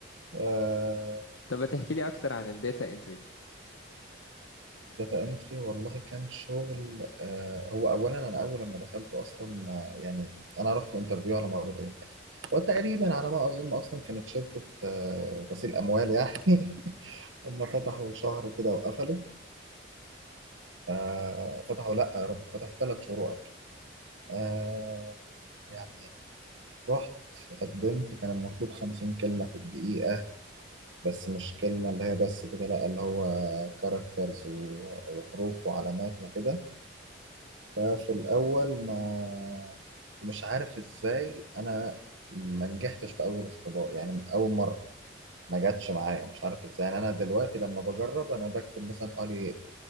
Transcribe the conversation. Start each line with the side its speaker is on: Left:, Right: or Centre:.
Right: آه
Left: طب تحكي لي اكتر عن الداتا انتري
Right: الداتا انتري والله كان شغل آه هو اولا انا اول لما دخلته اصلا ما- يعني انا رحت الانترفيو على مرتين وتقريبا على ما اظن اصلا كانت شركه آه، غسيل اموال يعني <laughs> هم فتحوا شهر كده وقفلوا آه، فتحوا لا يا رب فتحوا ثلاث شهور وقفلوا آه، يعني رحت قدمت كان المطلوب خمسين كلمة في الدقيقة بس مش كلمة اللي هي بس كده لا اللي هو كاركترز وحروف وعلامات وكده ففي الأول ما مش عارف ازاي أنا ما نجحتش في أول اختبار يعني من أول مرة ما جاتش معايا مش عارف ازاي يعني انا دلوقتي لما بجرب انا بكتب مثلا حوالي